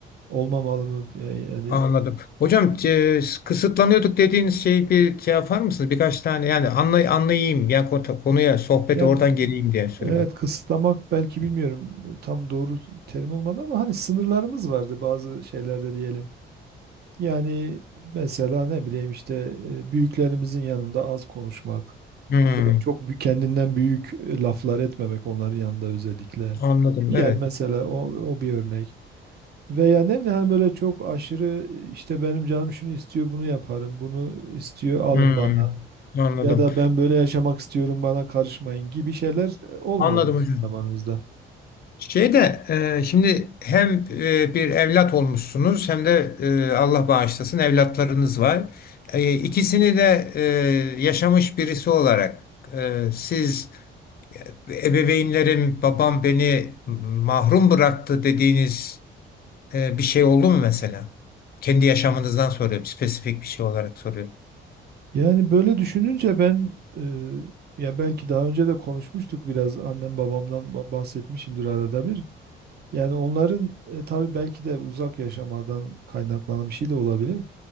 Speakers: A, on the right; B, on the left.
A: olmamalı mı? E, Yani
B: anladım. Hocam e, kısıtlanıyorduk dediğiniz şeyi bir şey yapar mısınız? Birkaç tane yani anlay anlayayım ya konu- konuya sohbeti
A: Ya
B: oradan geleyim diye söylüyorum.
A: evet kısıtlamak belki bilmiyorum tam doğru terim olmadı ama hani sınırlarımız vardı bazı şeylerde diyelim. Yani mesela ne bileyim işte e, büyüklerimizin yanında az konuşmak,
B: Hmm,
A: böyle çok bü- kendinden büyük e, laflar etmemek onların yanında özellikle.
B: anladım
A: Yani
B: evet.
A: mesela o, o bir örnek. Veya ne bileyim hani böyle çok aşırı işte benim canım şunu istiyor bunu yaparım, bunu istiyor alın
B: Hmm,
A: bana.
B: anladım.
A: Ya da ben böyle yaşamak istiyorum bana karışmayın gibi şeyler e, olmuyordu
B: Anladım
A: bizim
B: hocam.
A: zamanımızda.
B: Şey de e, şimdi hem e, bir evlat olmuşsunuz hem de e, Allah bağışlasın evlatlarınız var. E, ikisini de e, yaşamış birisi olarak e, siz E, ebeveynlerim, babam beni mahrum bıraktı dediğiniz e, bir şey oldu mu mesela? Kendi yaşamınızdan soruyorum. Spesifik bir şey olarak soruyorum.
A: Yani böyle düşününce ben e, ya belki daha önce de konuşmuştuk biraz annem babamdan ba- bahsetmişimdir arada bir. Yani onların e, tabii belki de uzak yaşamadan kaynaklanan bir şey de olabilir.